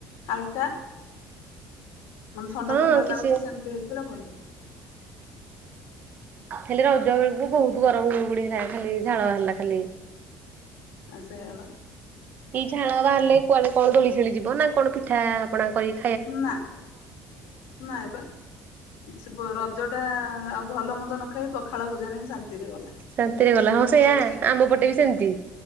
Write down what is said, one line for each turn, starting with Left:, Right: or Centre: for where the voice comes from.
Left: ହାଲକା ମାନେ ଥଣ୍ଡା
Right: ହଁ
Left: ଥଣ୍ଡା
Right: କିଛି
Left: ଲାଗୁଛି ସେମିତି ହେଇଥିଲା ଭଲ।
Right: ଖାଲି ରଜ ବେଳକୁ ବହୁତ ଗରମ ବୁଡ ହେଥିଲା ଖାଲି ଝାଳ ବାହାରିଲା ଖାଲି।
Left: ସେୟା ପା।
Right: ଏଇ ଝାଳ ବାହାରିଲେ କୁଆଡେ କଣ ଦୋଳିଶେଳି ଯିବ ନା କଣ ପିଠା ଆପଣା କରି
Left: ନା ନା ପା। ସେ ରଜ ଟା ଆଉ ଭଲ ମନ୍ଦ ନ ଖାଇ ପଖାଳ ଭଜାରେ ହିଁ ଶାନ୍ତିରେ ଗଲା।
Right: ରାତିରେ ଗଲା ହଁ ସେଇୟଆା
Left: ସେଠି
Right: ଆମ ପଟେ ବି ସେମିତି